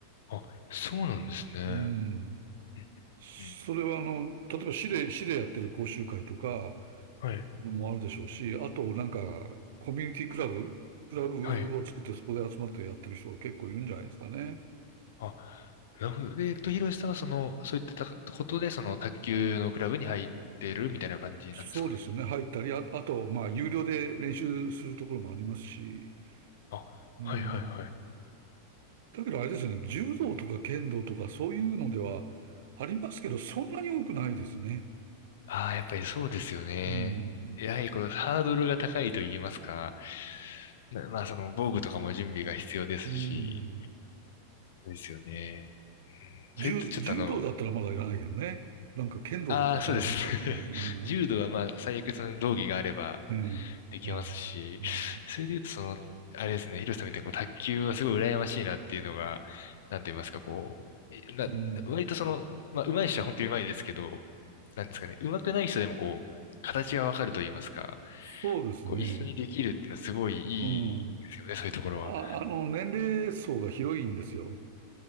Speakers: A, on the left; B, on the right.
A: あ、そうなんですね。う
B: うん。
A: んうんうん
B: それはあの、例えば市で、市でやってる講習会とか
A: はい。
B: もあるでしょうし、あとなんかコミュニティクラブ、クラブを作ってそこで集まってやってる人が結構いるんじゃないですかね。
A: はい。あ、なるほど。で、えっと、ひろしさんはその、そういったことで、その、卓球のクラブに入ってるみたいな感じなんですかね。
B: そうですよね。入ったり、あ、あと、まあ、有料で練習するところもありますし、
A: あ、
B: うん。
A: はいはいはい。
B: だけどあれですよね、柔道とか剣道とかそういうのではありますけど、そんなに多くないですね。
A: ああ、やっぱりそうですよね。
B: うん。
A: やはりこのハードルが高いと言いますか。なまあ、その、防具とかも準備が必要ですし。
B: うん。
A: そうですよね。うん、それとちょっとあの、
B: 柔、柔道だったらまだいらないけどね。なんか剣道だと大変そうですね。
A: ああ、そうですね。
B: うん。
A: <laughs> 柔道はまあ、最悪その道着があれば、
B: ええ、
A: できますし、
B: ええ。うん。
A: <laughs> それで言うと、その、あれですね、ヒロさんみたいにこう卓球はすごい羨ましいなっていうのが、なんと言いますか、こう、えな、
B: うん。
A: 割とその、まあ、上手い人は本当に上手いですけど、なんですかね、上手くない人でもこう、形がわかると言いますか、
B: そうですね。
A: こう、一緒にできるっていうのはすごいいいですよね、
B: うん。
A: そういうところは。
B: あ、あの、年齢層が広いんですよ。